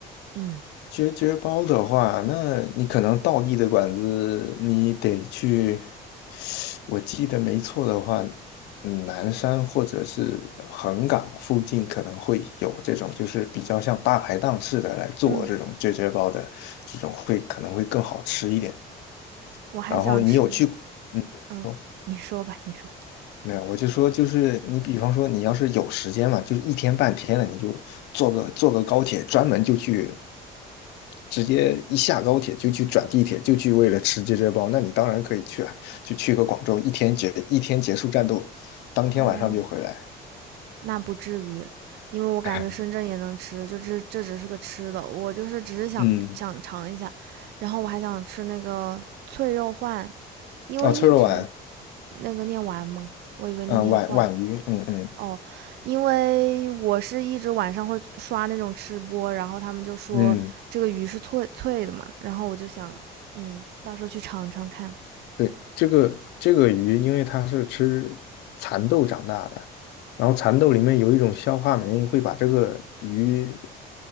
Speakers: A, on the right; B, on the left.
A: 嗯
B: 绝绝包的话，那你可能道地的馆子，你得去，我记得没错的话，嗯，南山或者是横岗附近可能会有这种，就是比较像大排档似的来做这种绝绝包的，
A: 嗯，
B: 这种会可能会更好吃一点。
A: 我还想吃。
B: 然后你有去，嗯，
A: 嗯，
B: 说。
A: 你说吧，你说。
B: 没有，我就说，就是你，比方说，你要是有时间嘛，就是一天半天的，你就坐个坐个高铁，专门就去，直接一下高铁就去转地铁，就去为了吃这只包，那你当然可以去啊，就去个广州，一天结一天结束战斗，当天晚上就回来。
A: 嗯。那不至于，因为我感觉深圳也能吃，
B: <laughs>
A: 就这这只是个吃的，我就是只是想想尝一下，
B: 嗯，
A: 然后我还想吃那个脆肉鲩，因为一直
B: 哦，脆肉皖，
A: 那个念完吗？我以为那念鲩
B: 嗯、皖皖渝，嗯嗯
A: 哦，因为我是一直晚上会刷那种吃播，然后他们就说这个鱼是脆脆的嘛，
B: 嗯，
A: 然后我就想，嗯，到时候去尝尝看，
B: 对，这个这个鱼，因为它是吃蚕豆长大的，然后蚕豆里面有一种消化酶，会把这个鱼